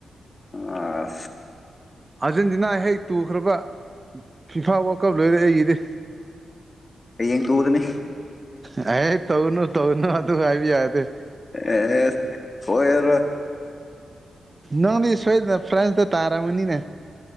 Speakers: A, on the left; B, on the right.
A: ꯑ
B: ꯑꯥꯔꯖꯦꯟꯇꯤꯅꯥ ꯍꯦꯛ ꯇꯨꯈ꯭ꯔꯕ ꯐꯤꯐꯥ ꯋꯥꯀꯞ ꯂꯣꯏꯔꯦ ꯑꯩꯒꯤꯗꯤ
A: ꯀꯌꯦꯟ ꯀꯨꯗꯅꯤ
B: ꯑꯦ ꯇꯧꯒꯅꯨ ꯇꯧꯒꯅꯨ ꯑꯗꯨ ꯍꯥꯏꯕ ꯌꯥꯗꯦ
A: ꯑꯦ ꯍꯣꯏ ꯌꯥꯔ
B: ꯅꯪꯅꯤ ꯁꯣꯏꯗ ꯐ꯭ꯔꯥꯟꯁꯗ ꯇꯔꯥ ꯃꯨꯅꯤꯅ